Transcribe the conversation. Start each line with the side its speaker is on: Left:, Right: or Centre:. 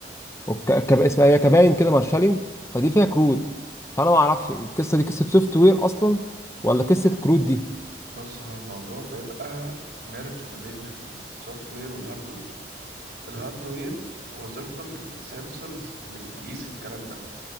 Left: والك- كب- اسمها هي كباين كده مارشالينج فدي فيها كروت فأنا ما أعرفش القصة دي قصة سوفت وير أصلا ولا قصة كروت دي
Right: بص هو الموضوع بيبقى ميرج ما بين السوفت وير والهارد وير. الهاردوير وظيفته في السنسورز اللي بتقيس الكلام ده